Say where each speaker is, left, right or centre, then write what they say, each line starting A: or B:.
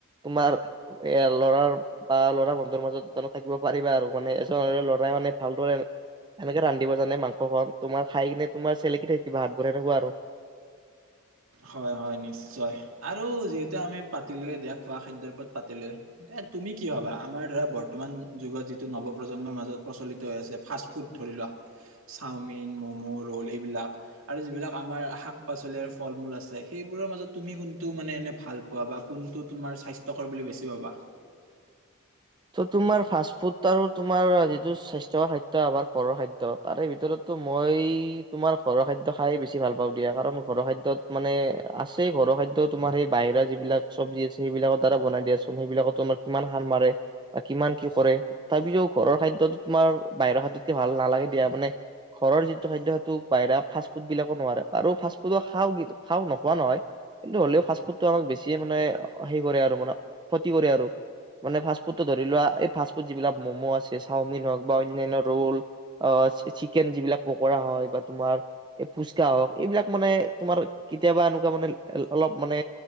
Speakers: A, on the right; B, on the right.
A: তোমাৰ এ ল'ৰা বা ল'ৰা বন্ধুৰ মাজত জানো থাকিব পাৰিবা আৰু মানে এজন ল'ৰাই মানে ভালদৰে এনেকে ৰান্ধিব জানে মাংসখন তোমাৰ খাই কিনে তোমাৰ চেলেকি থাকিব হাতখন সেনেকুৱা আৰু।
B: হয়, হয় নিশ্চয় আৰু যিহেতু আমি পাতিলোৱে দিয়া, খোৱা খাদ্যৰ ওপৰত পাতিলোৱে। এ, তুমি কি ভাবা? আমাৰ ধৰা বৰ্তমান যুগত যিটো নৱ প্ৰজন্মৰ মাজত প্ৰচলিত হৈ আছে ফাষ্ট ফুড ধৰি লোৱা। চাওমিন, মমো, ৰ'ল, এইবিলাক আৰু যিবিলাক আমাৰ শাক -পাচলি আৰু ফল- মূল আছে সেইবোৰৰ মাজত তুমি কোনটো মানে এনে ভাল পোৱা। বা কোনটো তোমাৰ স্বাস্থ্যকৰ বুলি বেছি ভাবা?
A: ত 'তোমাৰ ফাষ্ট ফুড আৰু তোমাৰ যিটো স্বাস্থ্যকৰ খাদ্য আমাৰ ঘৰৰ খাদ্য তাৰে ভিতৰতটো মই তোমাৰ ঘৰৰ খাদ্য খাই বেছি ভাল পাওঁ দিয়া। কাৰণ ঘৰৰ খাদ্যত মানে আছে ঘৰৰ খাদ্য তোমাৰ সেই বাহিৰা যিবিলাক চব্জি আছে সেইবিলাকৰ দ্বাৰা বনাই দিয়াচোন সেইবিলাকত তোমাৰ কিমান সাৰ মাৰে বা কিমান কি কৰে। তথাপিও ঘৰৰ খাদ্যটো তোমাৰ বাহিৰৰ খাদ্যতকে ভাল নালাগে দিয়া। মানে ঘৰৰ যিটো খাদ্য সেইটো বাহিৰা ফাষ্টফুড বিলাকো নোৱাৰে। আৰু ফাষ্টফুডো খাওঁ, খাওঁ নোখোৱা নহয়। কিন্তু হ'লেও ফাষ্টফুডটো আমাক বেছিয়ে মানে হে কৰে আৰু মানে ক্ষতি কৰে আৰু। মানে ফাষ্টফুড ফুড ধৰি লো, ৱা এই ফাষ্ট ফুড যিবিলাক ম'ম', আছে চাওমিন হওঁক বা অনান্য ৰোল অ, চিকেন যিবিলাক পকৰা হয়। বা তোমাৰ এই ফুচকা হওঁক এইবিলাক মানে তোমাৰ কেতিয়াবা এনেকুৱা মানে অলপ মানে